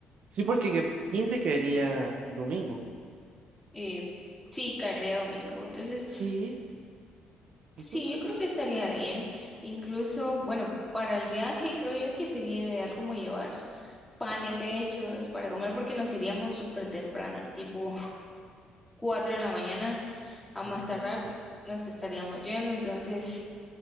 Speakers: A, on the right; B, in the centre.
A: sí, porque 15 caería domingo.
B: eh, sí, caería domingo, entonces
A: Sí, entonces.
B: Sí, yo creo que estaría bien. Incluso, bueno, para el viaje creo yo que sería ideal como llevar panes hechos para comer porque nos iríamos súper temprano, tipo <laughs> 4 de la mañana a más
A: mm,
B: tardar
A: sí.
B: nos estaríamos yendo, entonces